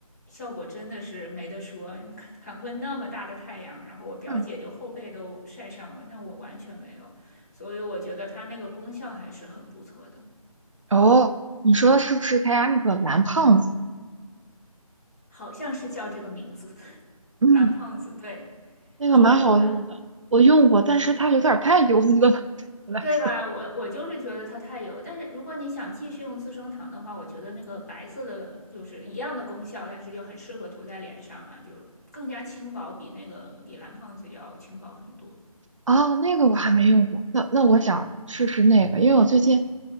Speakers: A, on the left; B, on the right.
A: 效果真的是没得说，因为坎坎昆那么大的太阳，然后我表姐就后背都晒伤了，
B: 嗯。
A: 那我完全没有，所以我觉得它那个功效还是很不错的，
B: 哦，你说的是不是他家那个蓝胖子？
A: 好像是叫这个名字，<laughs>
B: 嗯，
A: 蓝胖子，对
B: 那个蛮好用的，
A: 你用过吗？
B: 我用过，但是它有点儿太油了，<laughs> 对我来说。
A: 对吧？我我就是觉得它太油，但是如果你想继续用资生堂的话，我觉得那个白色的就是一样的功效，但是就很适合涂在脸上啊，就更加轻薄，比那个比蓝胖子要轻薄很多。
B: 哦，那个我还没用过，那那我想试试那个，因为我最近